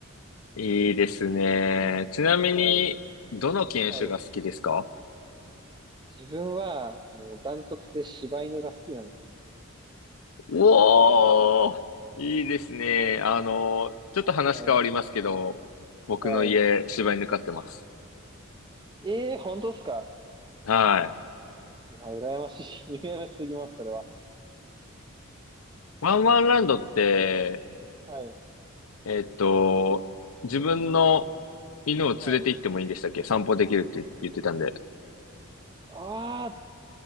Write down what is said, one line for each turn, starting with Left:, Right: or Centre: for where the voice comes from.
Left: いいですね。ちなみに、
Right: はい。
Left: どの犬種が好きですか
Right: はい。自分は、もうダントツで柴犬が好きなんですよね。
Left: おー、
Right: <laughs>
Left: いいですね。あの、ちょっと話変わりますけど、
Right: はい。
Left: 僕の家、
Right: はい。
Left: 柴犬飼ってます。
Right: ええー、本当っすか
Left: はい。
Right: うわ、羨ましい。<laughs> 羨ましすぎます、それは。
Left: ワンワンランドって、
Right: はい。
Left: えっと、自分の犬を連れて行ってもいいんでしたっけ散歩できるって言ってたんで。
Right: はい。ああ、